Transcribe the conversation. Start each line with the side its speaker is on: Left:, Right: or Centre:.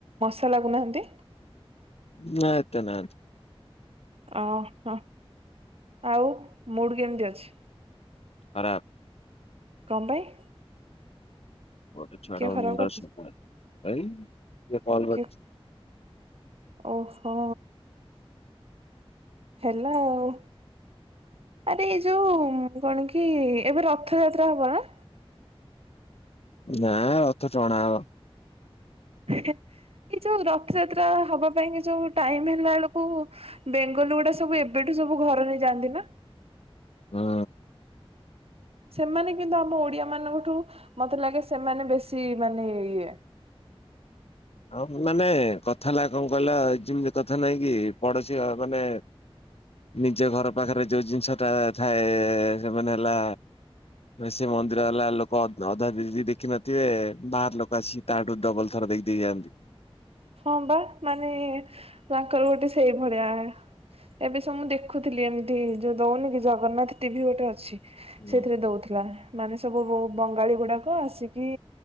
Right: ମଶା ଲଗୁନାହାନ୍ତି?
Left: ନା ଏତେ ନାହାନ୍ତି।
Right: ଓ ହ ଆଉ ମୁଡ୍ କେମିତି ଅଛି?
Left: ଖରାପ୍।
Right: କଣ ପାଇଁ?
Left: ଟ ଛଡ଼
Right: କିଏ ଖରାପ
Left: ମୁଣ୍ଡା
Right: କରିଦେଇଛି?
Left: ସ <unintelligible>
Right: କିଏ
Left: କ
Right: ଓହୋ। ହେଲା ଆଉ। ଆରେ ଏଇ ଯୋଉ କଣ କି ଏବେ ରଥଯାତ୍ରା ହବ ନା।
Left: ନାଁ ରଥ ଟଣା ହବ।
Right: ଏଇ ଯୋଉ ରଥଯାତ୍ରା ହବା ପାଇଁ କି ଯୋଉ ଟାଇମ ହେଲା ବେଳକୁ ବେଙ୍ଗ ଲଗୁଡା ସବୁ ଏବେଠୁ ସବୁ ଘର ନେଇ ଯାଆନ୍ତି ନା।
Left: ହଁ।
Right: ସେମାନେ କିନ୍ତୁ ଆମ ଓଡିଆ ମାନଙ୍କଠୁ ମତେ ଲାଗେ ସେମାନେ ବେଶୀ ମାନେ ଇଏ <inaudible>
Left: ହଁ ମାନେ କଥା ହେଲା କଣ କହିଲା ଯେମିତି କଥା ନହିଁ କି ପଡୋଶୀ ମାନେ ନିଜ ଘର ପାଖରେ ଯୋଉ ଜିନିଷ ଟା ଥାଏ ସେମାନେ ହେଲା ସେ ମନ୍ଦିର ହେଲା ଲୋକ ଅଧା ଦିଦି ଦେଖିିନଥିବେ ବାହାର ଲୋକ ଆସିକି ତାଠୁ ଡବଲ ଥର ଦେଖ ଦି ହନ୍ତି।
Right: ହଁ ବା ମାନେ ତାଙ୍କର ଗୋଟେ ସେଇ ଭଳିଆ ଏବେ ସବ ମୁଁ ଦେଖୁଥିଲି ଏମିତି ଯୋଉ ଦଉନି କି ଜଗନ୍ନାଥ ଟିଭି ଗୋଟେ ଅଛି।
Left: ହୁଁ
Right: ସେଥିରେ ଦଉଥିଲା ମାନେ ସବୁ ବହୁ ବଙ୍ଗାଳୀ ଗୁଡାକ ଆସିକି